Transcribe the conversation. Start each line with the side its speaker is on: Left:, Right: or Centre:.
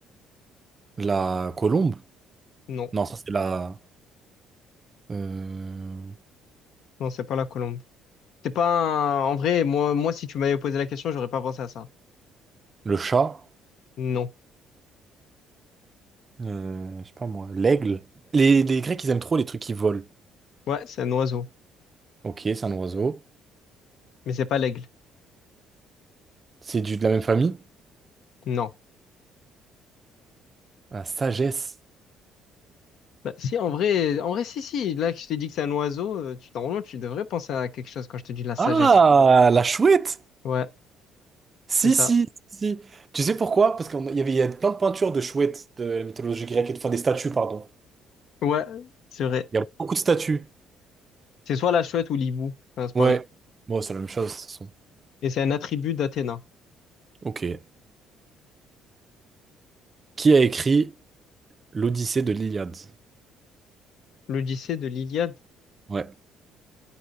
Right: La colombe?
Left: Non,
Right: Non, ça, c'est la. euh,
Left: non, c'est pas la colombe. C'est pas un... En vrai, moi, moi, si tu m'avais posé la question, j'aurais pas pensé à ça.
Right: Le chat,
Left: Non.
Right: euh, je sais pas moi, l'aigle. Les, les Grecs, ils aiment trop les trucs qui volent.
Left: Ouais, c'est un oiseau.
Right: Ok, c'est un oiseau.
Left: Mais c'est pas l'aigle.
Right: C'est du, de la même famille?
Left: Non.
Right: La sagesse.
Left: Bah, si, en vrai, en vrai, si, si. Là, que je t'ai dit que c'est un oiseau, euh, tu, normalement, tu devrais penser à quelque chose quand je te dis la sagesse.
Right: Ah, la chouette!
Left: Ouais,
Right: Si,
Left: c'est ça.
Right: si, si, si. Tu sais pourquoi? Parce qu'il y avait, il y a plein de peintures de chouettes de la mythologie grecque, et de- enfin des statues, pardon.
Left: Ouais, c'est vrai.
Right: Il y a beaucoup de statues.
Left: C'est soit la chouette ou l'hibou. Enfin, c'est
Right: Ouais.
Left: pareil.
Right: Bon, c'est la même chose, de toute façon.
Left: Et c'est un attribut d'Athéna.
Right: Ok. Qui a écrit l'Odyssée de l'Iliade?
Left: L'Odyssée de l'Iliade,
Right: Ouais.